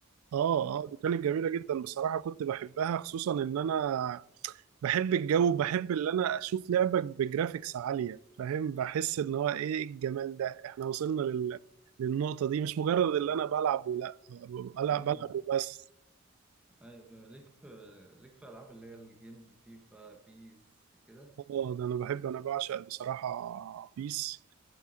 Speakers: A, on the right (about 80°); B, in the centre.
A: اه
B: أمم،
A: اه دي كانت جميلة جدا بصراحة كنت بحبها خصوصا ان انا بحب الجو بحب اللي انا اشوف لعبك بجرافيكس عالية فاهم بحس ان هو ايه الجمال ده احنا وصلنا لل... للنقطة دي مش مجرد اللي انا بلعب ولا بلعب
B: أمم،
A: بلعب وبس
B: ايوه ليك في ليك في العاب اللي هي الجيمز فيفا بيس كده
A: اه ده انا بحب انا بعشق بصراحة بيس